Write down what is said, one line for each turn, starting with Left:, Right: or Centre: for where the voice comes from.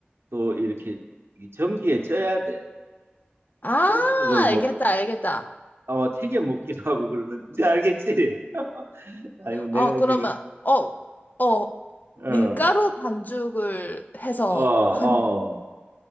Right: 또 이렇게 이게 전기에 쪄야 돼.
Left: 아,
Right: 쪄가지고 먹고
Left: 알겠다,
Right: 튀-
Left: 알겠다.
Right: 어, 튀겨 먹기도 하고 그러는 이제 알겠지? <laughs> 아이고 내가
Left: 어, 그러면,
Right: 지금
Left: 어, 어,
Right: 어,
Left: 밀가루 반죽을 해서
Right: 어, 어.
Left: 한,